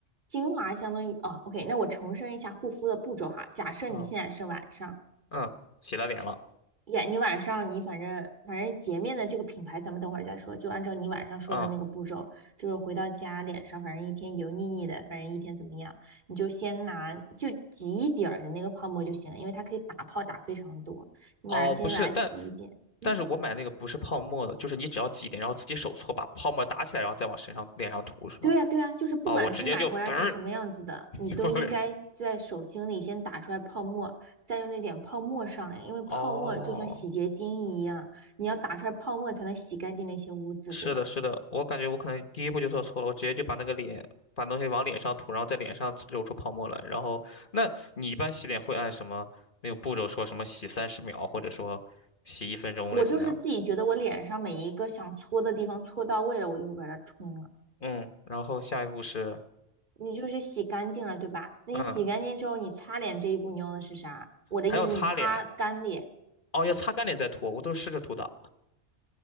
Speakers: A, on the right; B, on the left.
A: 精华相当于哦，OK，那我重申一下护肤的步骤哈。假设你现在是晚上。
B: 嗯嗯，洗了脸了。
A: 呀，你晚上你反正反正洁面的这个品牌，咱们等会儿再说。就按照你晚上说的那个步骤，
B: 嗯，
A: 就是回到家脸上，反正一天油腻腻的，反正一天怎么样，你就先拿就挤一点儿的那个泡沫就行了，因为它可以打泡打非常多。你晚上先把它挤一点。
B: 哦，不是，但但是我买那个不是泡沫的，
A: 嗯，
B: 就是你只要挤一点，然后自己手搓把泡沫打起来，然后再往身上脸上涂是吗？
A: 对呀，对呀，就是不管是买回来是什么样子的，
B: 哦，我直接就嘚儿 <laughs>
A: 你都应该在手心里先打出来泡沫，
B: 就往脸。
A: 再用那点泡沫上来，因为泡沫就像洗洁精一样，
B: 哦，
A: 你要打出来泡沫才能洗干净那些污渍，
B: 是的，
A: 对吧？
B: 是的，我感觉我可能第一步就做错了，我直接就把那个脸，把东西往脸上涂，然后在脸上揉出泡沫来。然后，那你一般洗脸会按什么那个步骤说什么洗三十秒，或者说洗一分钟，
A: 我就是自己觉得我脸上每一个想搓的地方搓到位了，
B: 类似那样吗？
A: 我就会把它冲了。
B: 嗯，然后下一步是，
A: 你就是洗干净了，对吧？那你洗干净之后，
B: 嗯，
A: 你擦脸这一步你用的是啥？我的意思，
B: 还要擦脸，
A: 你擦干脸，
B: 哦，要擦干脸再涂，我都是试着涂的。